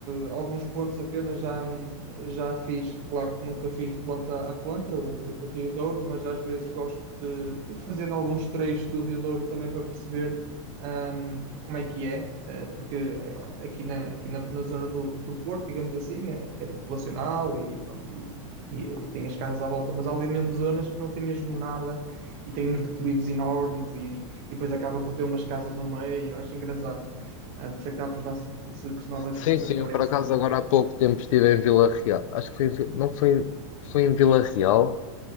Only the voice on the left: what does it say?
Sim,
sim, eu
por acaso agora há pouco tempo estive em Vila Real. Acho que foi, em Vi- não foi, foi em Vila Real,